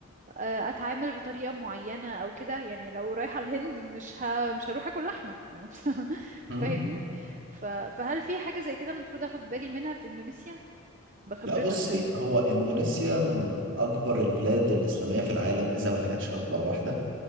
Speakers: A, on the right; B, on the right.
A: آه، اتعامل بطريقة معينة او كده يعني لو رايحة الهند مش ه... مش هروح اكل لحمة يعني <laughs>
B: مم.
A: فاهمني ف... فهل في حاجة زي كده المفروض اخد بالي منها في اندونيسيا بخبرتك
B: لا بصي
A: يعني
B: هو إندونيسيا من أكبر البلاد الإسلامية في العالم إذا ما كانتش أكبر واحدة